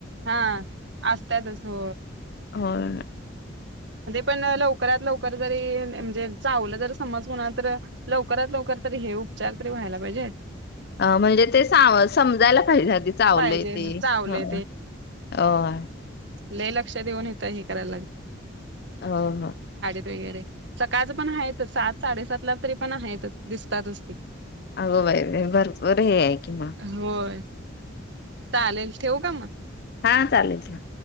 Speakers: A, on the right (about 60°); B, on the left (about 50°).
A: हां असतातच हो
B: होय
A: पण लवकरात लवकर जरी नाही म्हणजे चावलं जर समजल ना तर लवकरात लवकर तरी हे उपचार तरी व्हायला पाहिजे
B: अ म्हणजे ते सा समजायला पाहिजे आधी चावलंय
A: पाहिजे
B: ते
A: चावले
B: होय
A: लई लक्षात देऊन हित हे करायला लागेल
B: हो हो
A: वगैरे सकाळच पण आहेत सात साडेसात ला तरी पण आहेतच दिसतातच ते
B: अगं बाई बाई भरपूर हे आहे की म
A: होय चालेल ठेवू का मग
B: हां चालेल ठेव